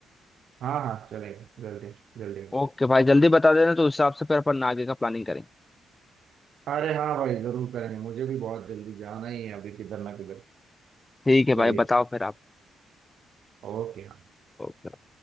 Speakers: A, on the right (about 65°); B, on the left (about 20°).
A: हाँ हाँ चलेगा जल्दी जल्दी मिलते
B: ओके भाई जल्दी बता देना तो उस हिसाब से फिर अपन आगे का प्लानिंग करें
A: हैं। अरे हाँ भाई जरूर करेंगे मुझे भी बहुत जल्दी जाना ही है अभी किधर ना किधर
B: ठीक है
A: चलिए
B: भाई बताओ फिर आप
A: ओके
B: ओके